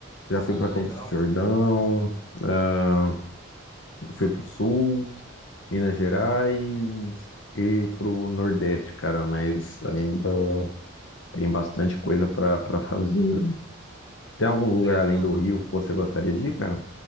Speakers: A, on the left; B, on the left.
A: Já fui
B: Ah,
A: pra
B: legal,
A: Campos do Jordão,
B: mano.
A: ah, fui pro Sul, Minas Gerais e pro Nordeste, cara. Mas ainda tem bastante coisa pra para fazer. Tem algum lugar
B: É,
A: além
B: meu.
A: do Rio que você gostaria de ir, cara?